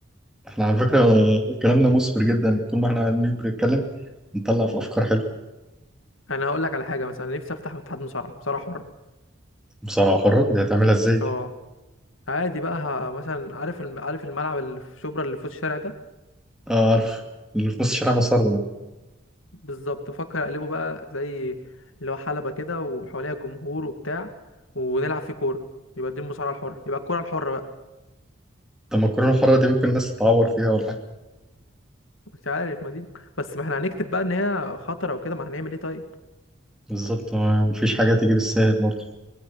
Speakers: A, in the centre; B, on the left.
A: احنا على فكرة كلامنا مثمر جدا طول ما احنا قاعدين بنتكلم نطلع في أفكار حلوة
B: انا هقول لك على حاجه مثلا نفسي افتح اتحاد مصارعه مصارعه حره
A: مصارعة حرة دي هتعملها ازاي؟ دي؟
B: اه عادي بقى ه- مثلا عارف الم- عارف الملعب اللي في شبرا اللي في وسط الشارع ده
A: اه عارف اللي في نص الشارع مسار
B: بالظبط بفكر اقلبه بقى زي اللي هو حلبه كده وحواليها جمهور وبتاع ونلعب فيه كوره يبقى دي المصارعه الحره يبقى الكوره الحره بقى.
A: طب ما الكورونا الحرة دي ممكن الناس تتعور فيها ولا حاجة
B: مش عارف ما دي بس ما احنا هنكتب بقى ان هي خطره وكده ما هنعمل ايه طيب
A: بالظبط ما- مفيش حاجة تيجي بالسهل برضه